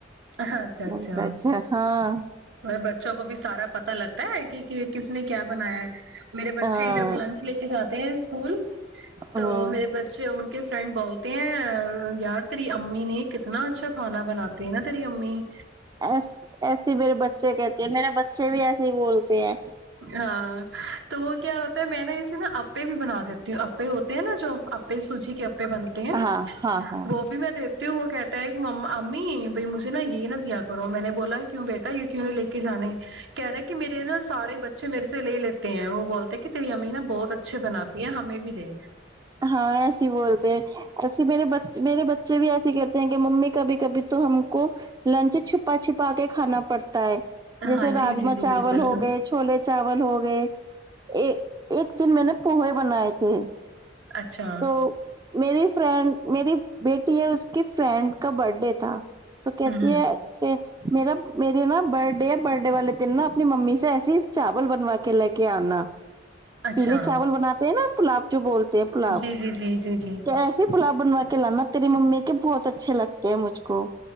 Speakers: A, on the right; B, on the right.
A: اچھا اچھا
B: میں نے کہا ہاں
A: بچوں کو بھی سارا پتا لگتا پتا ہے کہ کس نے کیا بنایا ہے میرے بچے
B: ہاں
A: ہی جب لنچ لے کے جاتتے تھ اسکول تو
B: ہاں
A: میرے بچے ان کے فرینڈ بولتے ہیں یار تیری امی نے کتنا اچھا کھانا بناتے ہیں نا سی امی
B: ایس ایسے میرے بچے کہتے ہیں میرے بچے بھی ایسے ہی بولتے ہیں
A: ہاں تو وہ کیا ہوتا ہے م میں ن اسے نہا آپے بھی بنا دیتی ہوں آپے ہوتے ہیں نا جو اپے سوجی کے اپے بنتے
B: ہاں
A: ہیں
B: ہاں ہاں
A: وہ بھی میں دی تو وہ کہتا ہے کہ امی بھ مھے نا یہ نہ دیا کرو میں نے بولا کیوں بیٹا یہ کیوں لے کے جانے کہہ رہے کہ میرے نہا سارے بچے میرے سے لے لیتے ہیں وہ بولتے ہیں کہ تیری امی نا بہت اچھے بناتی ہیں ہمیں بھی دے
B: ہاں ایسے بولتے ایسے میرے میرے بچے بھی ایسے کرتے ہیں کہ ممی کبھی کبھی تو ہم کو لنچ چھپا چھپا کے کھانا پڑتا ہو جیسے
A: ہاں
B: راما
A: جی جی جی
B: چاول
A: بالکل
B: ہو گئے چھوولے چ چاول ہو گئے ایک ایک دن میں نے پوہے بنائے تھے
A: اچھا
B: تو میری فرینڈ میری بیٹی ہے کی فرینڈ کا برتھ ڈے تھا تو کہتی
A: ہ ہ
B: ہے کہ میرا میرے نا بر ڈے ہے برڈے والے دن نا اپنی ممی سے ایسیے چاول بنوا کے لے کے آنا
A: اچھا
B: پیلے چاول بناتے ہیں نا پلاب جو بولتے ہیں پلاب
A: جی جی جی جی جی
B: کیسے پلاب بنوا کلانا تیری ممی کے بہت اچھے لگتے ہیں مجھ کو